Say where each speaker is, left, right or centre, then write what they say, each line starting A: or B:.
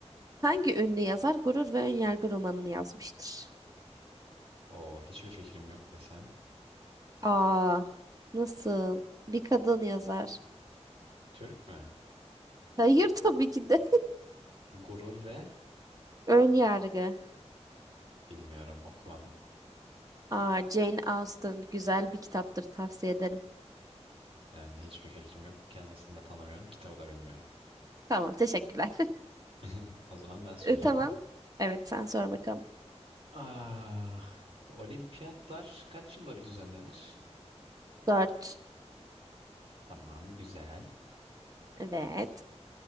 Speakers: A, on the right; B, on the right.
A: Hangi ünlü yazar Gurur ve Önyargı romanını yazmıştır?
B: O hiçbir fikrim yok desem.
A: Aa, nasıl? Bir kadın yazar.
B: Türk mü?
A: Hayır tabii ki de.
B: Gurur ve
A: Ön yargı.
B: bilmiyorum okumadım.
A: Aa, Jane Austen güzel bir kitaptır tavsiye ederim.
B: Yani hiçbir fikrim yok. Kendisini de tanımıyorum. Kitabı da bilmiyorum.
A: Tamam teşekkürler. <laughs>
B: <laughs> O zaman ben soracağım.
A: E, tamam. Evet sen sor bakalım.
B: Ah, olimpiyatlar kaç yılda bir düzenlenir?
A: Dört.
B: Tamam, güzel.
A: Evet.